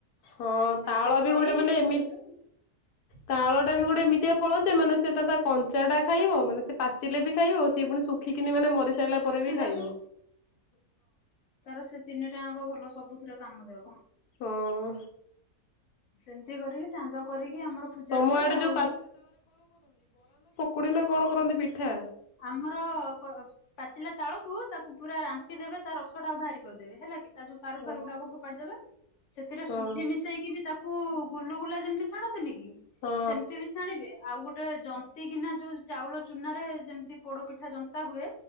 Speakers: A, on the left (about 80°); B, on the left (about 65°).
A: ହଁ ତାଳ
B: ସେ ଖଇ
A: ବି ଗୋଟେ ମାନେ ଏମି
B: ସେଟା
A: ତାଳଟା ବି ଗୋଟେ ଏମିତିଆ ଫଳ ଯେ ମାନେ ସେଟା ତା କଞ୍ଚାଟା ଖାଇବ ମାନେ ସେ ପାଚିଲେ ବି ଖାଇବ ସେ ପୁଣି ଶୁ ଖିକିନି ମାନେ ମରିସାଇଲା
B: ଶୁଖିଲେ
A: ପରେ ବି ଖାଇବ।
B: ଚାର ସେ ତିନିଟା ଆଙ୍କ ଭଲ ସବୁଥିରେ କାମ ଦେବ।
A: ହଁ।
B: ସେମ୍ ତି କରିକି ଚାନ୍ଦ କରିକି ଆମର ପୂଜା
A: ତମ
B: ହୁଏ
A: ଆଡେ
B: ଆଉ।
A: ଯୋଉ କୁଡ଼ିନା କଣ କରନ୍ତି ପିଠା?
B: ଆମର କ ପାଚିଲା ତାଳକୁ ତାକୁ ପୁରା ରାମ୍ପିଦେବେ ତା ରସଟା ଆଉ ବାହାରି କରିଦେବେ ହେଲା କି। ତା ଯୋଉ ପାରୁ
A: ହଁ
B: ଫାରୁ ଉଡ଼ାକ ଫୋପାଡ଼ି ଦେବେ ସେଥିରେ
A: ହଁ
B: ସୁଜି ମିଶେଇକି ବି ତା କୁ ଗୁଲୁ ଗୁଲା ଯେମତି ଛାଣନ୍ତିନି କି
A: ହଁ
B: ସେମିତି ବି ଛାଣିବେ ଆଉ ଗୋଟେ ଜନ୍ତିକିିନା ଯୋଉ ଚାଉଳ ଚୁନାରେ ଯେମତି ପୋଡ଼ ପିଠା ଜନ୍ତା ହୁଏ।